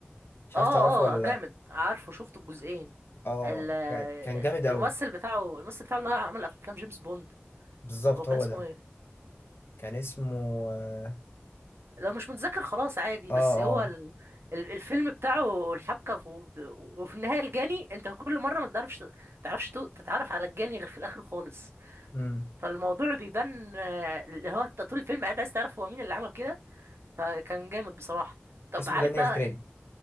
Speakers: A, on the left; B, on the right.
A: مش
B: اه
A: عارف تعرفه ولا
B: اه جامد
A: لا
B: عارفه شفت الجزئين
A: اه
B: ال- ال-
A: كان كان جامد قوي
B: الممثل بتاعه الممثل بتاعه اللي هو عمل افلام جيمس بوند
A: بالظبط
B: هو كان
A: هو
B: اسمه
A: ده
B: ايه
A: كان اسمه اه
B: لو مش متذكر خلاص عادي
A: اه
B: بس هو ال... ال- الفيلم بتاعه الحبكة في... وفي النهاية الجاني انت كل مرة ما تعرفش تعرفش تو- تتعرف على الجاني غير في الآخر خالص
A: امم
B: فالموضوع بيبان آه، اللي هو انت طول الفيلم قاعد عايز تعرف هو مين اللي عمل كده فكان جامد بصراحة طب
A: اسمه
B: عارف
A: دانيال
B: بقى
A: كريج